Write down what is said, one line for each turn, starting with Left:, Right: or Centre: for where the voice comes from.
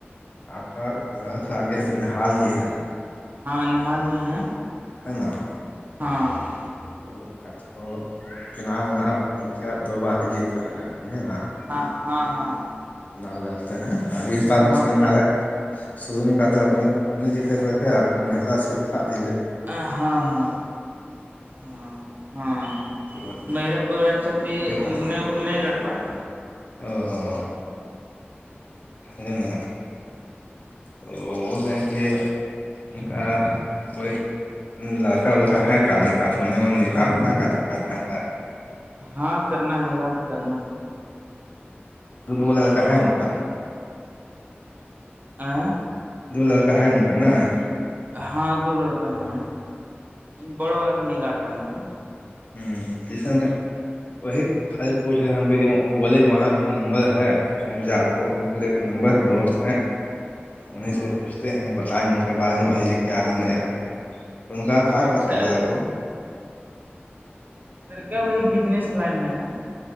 Left: آپ کا گھر سے آگے ایک نہال جی ہے-
Right: ہاں نہال جی ہیں?
Left: حنا
Right: ہاں-
Left: تو کتھ کو چناؤنا مکھیا دو بار جیت رہے ہیں بڑھیا نہ-
Right: ہاں- ہاں- ہاں
Left: چناؤ لڑتے ہیں ابھی اس بار
Right: چنا
Left: میں سننے
Right: تو
Left: میں آ رہا تو- شروع میں کاتے اپنے اپنے جیتے ہوئے تھے آپ کی مہلا سیٹ تھا دیدے-
Right: ہاں- ہاں -ہاں -ہاں
Left: تو وہ
Right: میرا پڑوائی کے چلتی انہوں
Left: کا
Right: نے او نہیں لڑ پائے-
Left: او ہو سنیے نا او بول رہے ہیں ان کا کوئی- لڑکا وڑکا ہے کا نکاح سننے میں نکاح بیکہ کرنا ہے-
Right: ہاں کرنا ہے گا تو کرنا ہے-
Left: دو لڑکا ہے ان کا-
Right: <unintelligible>
Left: دو لڑکا ہے ان کاا ن-
Right: ہاں دو لڑکا ہیں بڑ والا کا نگاہ کرنا ہے-
Left: ہوں کسن کا- وہی خ پور سے ہم کو بولے ج وہاں کا کوئی نمبر ہے تو پھر ہم جاپ- ہم کو لے ایک نمبر دوست ہے انیں
Right: ہاں
Left: سے پوچھتے ہیں بتائیں گے ان کے بارے میں وہی کیا ہے ن ان کا
Right: ہاں
Left: ک
Right: اچھا
Left: ک تھا کو
Right: لڑک وہی بزنس لائن میں ہے